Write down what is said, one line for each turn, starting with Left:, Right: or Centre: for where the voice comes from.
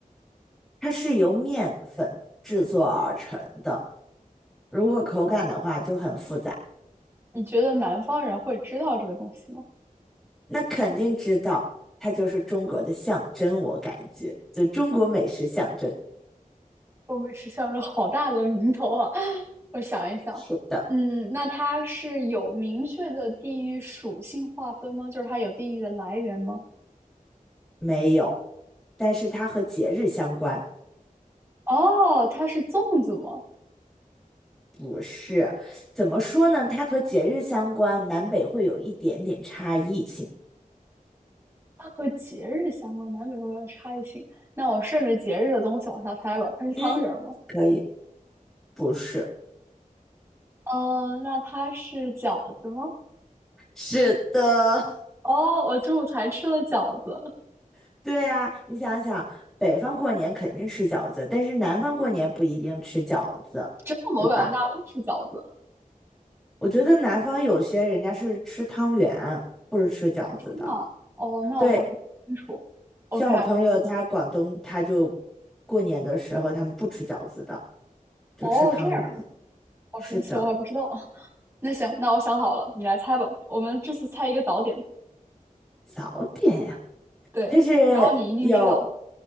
Centre: 它是由面粉制作而成的。如果口感的话就很复杂，
Right: 你觉得南方人会知道这个东西吗？
Centre: 那肯定知道，它就是中国的象征，我感觉，就中国美食象征。
Right: 东北是像是好大的名头啊！<laughs> 我想一想，
Centre: 是的，
Right: 嗯，那它是有明确的地域属性划分吗？就是它有地域的来源吗？
Centre: 没有，但是它和节日相关。
Right: 哦，它是粽子吗？
Centre: 不是，怎么说呢？它和节日相关，南北会有一点点差异性。
Right: 它和节日相关，难免会有差异性。那我顺着节日的东西往下猜吧，它是汤圆儿吗？
Centre: 嗯，可以。不是，
Right: 哦，那它是饺子吗？
Centre: 是的，
Right: 哦，我中午才吃了饺子，
Centre: <laughs> 对啊，你想想，北方过年肯定吃饺子，但是南方过年不一定吃饺子，
Right: 真的吗？
Centre: 对吧？
Right: 我感觉大家都吃饺子。
Centre: 我觉得南方有些人家是吃汤圆，不是吃饺子的。
Right: 哦，真的啊哦，那我还不太清楚。
Centre: 对，
Right: OK，
Centre: 像我朋友他广东，他就过年的时候他们不吃饺子的，就吃汤圆。
Right: 哦，这样，好神奇，
Centre: 是的，
Right: 我还不知道。<laughs> 那行，那我想好了，你来猜吧。我们这次猜一个早点，
Centre: 早点呀。
Right: 对，
Centre: 它是
Right: 然后你一定知道。
Centre: 有